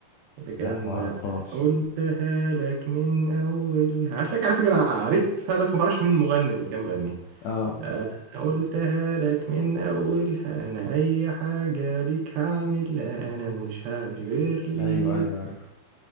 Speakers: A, on the right (about 80°); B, on the left (about 85°).
A: اللي كان
B: لا ما اعرفهاش
A: انا قلتها لك من اول هتلاقيك على فكره عارفها بس ما تعرفش مين المغني اللي كان بيغنيها
B: اه
A: انا قلتها لك من اولها انا اي حاجه ليك هعملها انا مش هعيش غير ليك
B: ايوه ايوه عارف